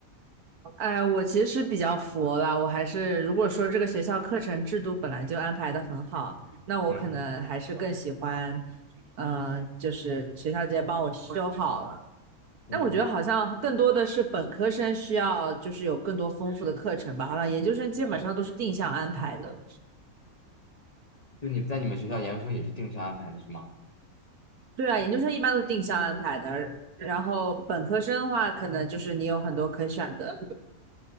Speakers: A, on the right; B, on the left.
A: 哎，我其实是比较佛了，我还是如果说这个学校课程制度本来就安排的很好，那我可能还是更喜欢，
B: 嗯
A: 嗯、就是学校直接帮我修好了。
B: 嗯，
A: 那我觉得好像更多的是本科生需要，就是有更多丰富的课程吧。好像研究生基本上都是定向安排的。
B: 就你在你们学校研究生也是定向安排的是吗？
A: 对啊，研究生一般都是定向安排的，然后本科生的话，可能就是你有很多可选的。